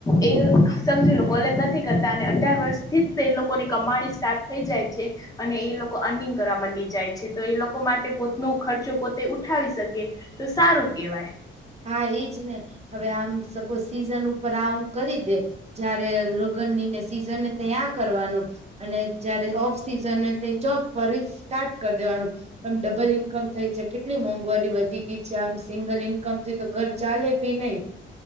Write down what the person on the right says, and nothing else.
હા ઈ જ ને હવે આમ સપોઝ સીઝન ઉપર આવું કરી દે જયારે લગન ની ને સિઝને તે આ કરવાનું અને જયારે ઓફ સિઝને તે જોબ ભરી સ્ટાર્ટ કર દેવાનું. આમ ડબલ ઈન્કમ થઈ છે. કેટલી મોંઘવારી વધી ગઈ છે, આમ સિંગલ ઇન કમ થી તો ઘર ચાલે ભી નહી.